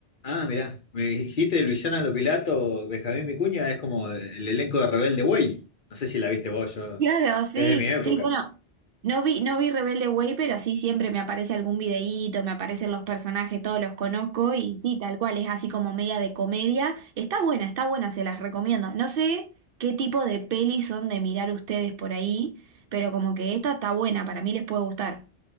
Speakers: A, on the left; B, on the right.
A: Ah, mirá, me dijiste de Luisana Lopilato, Benjamín Vicuña, es como el elenco de Rebelde Way. No sé si la viste vos, yo,
B: Claro, sí,
A: es de mi época.
B: sí, bueno, no vi, no vi Rebelde Way, pero sí siempre me aparece algún videíto, me aparecen los personajes, todos los conozco y sí, tal cual, es así como media de comedia. Está buena, está buena, se las recomiendo. No sé qué tipo de pelis son de mirar ustedes por ahí, pero como que esta está buena, para mí les puede gustar.